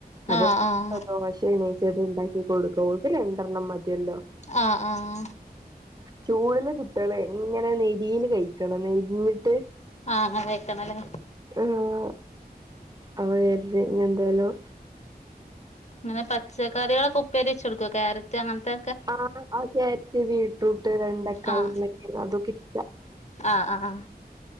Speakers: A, on the right; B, on the left.
A: അപ്പ
B: ആഹ് ആഹ്
A: ദോശ എണീച്ചിട്ട് ഇണ്ടാക്കി കൊട്ക്കു ഓക്ക് രണ്ടെണ്ണം മതിയല്ലോ.
B: ആഹ് ആഹ് ആഹാ
A: ചൂടില് കിട്ടണേ. ഇങ്ങനെ നെരീല് കയ്ക്കണം നെര്ഞ്ഞിട്ട്.
B: ആഹ കയ്ക്കണല്ലേ.
A: ആഹ് <unintelligible> എന്തേലും
B: ഇങ്ങനെ പച്ചക്കറിയാളൊക്കെ ഉപ്പേരി വച്ചൊട്ക്കോ കാരറ്റ് അങ്ങൻത്തെ
A: ആഹ് ആഹ് ക്യാര്റ്റ് ബീട്രൂട്ട് വെണ്ടക്ക
B: ആഹ്
A: ഉർളക്കേങ്ങ് അതൊക്കെ ഇഷ്ട
B: ആഹ് ആഹ് ആഹാ